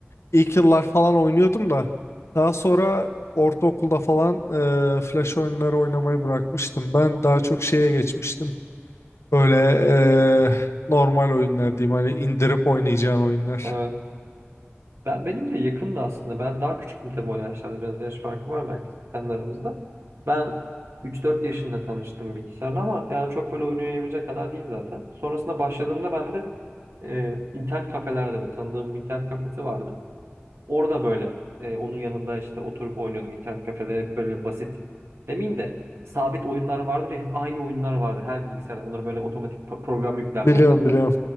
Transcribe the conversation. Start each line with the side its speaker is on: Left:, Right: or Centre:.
Left: İlk yıllar falan oynuyordum da daha sonra ortaokulda falan e, flash oyunları oynamayı bırakmıştım. Ben daha çok şeye geçmiştim. Böyle eee, normal oyunlar diyeyim. Hani indirip oynayacağın oyunlar.
Right: Evet. Ben, benim de yakındı aslında. Ben daha küçüktüm tabii o yaşlarda. Biraz yaş farkı var belki senin aramızda. Ben 3-4 yaşında tanıştım bilgisayarla ama yani çok böyle oyun oynayabilecek kadar değil zaten. Sonrasında başladığımda ben de e, internet kafelerde böyle tanıdığım bir internet kafesi vardı. Orada böyle e, onun yanında işte oturup oynuyordum internet kafede hep böyle basit demeyeyim de sabit oyunlar vardır ya hep aynı oyunlar vardır her bilgisayarda. Onları böyle otomatik pro- program yüklerler
Left: Biliyorum
Right: zaten.
Left: biliyorum.